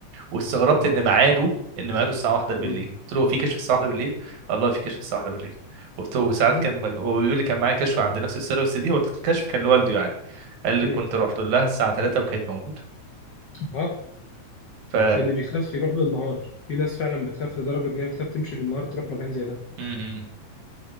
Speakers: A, on the right (about 75°); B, on the left (about 75°).
A: واستغربت
B: واو
A: ان ميعاده ان ميعاده الساعه 1 بالليل
B: مم.
A: قلت له هو في كشف الساعه 1 بالليل الله في كشف الساعه 1 بالليل قلت له وساعات
B: مم.
A: كان مج- هو بيقول لي كان معايا كشف عند نفس السيره بس دي هو الكشف كان لوالده يعني قال لي
B: مم.
A: كنت رحت لها الساعه 3 وكانت موجوده
B: اه
A: ف
B: اللي بيخاف يروح بالنهار في ناس فعلا بتخاف لدرجة إن هي بتخاف تمشي بالنهار تروح مكان زي ده
A: م-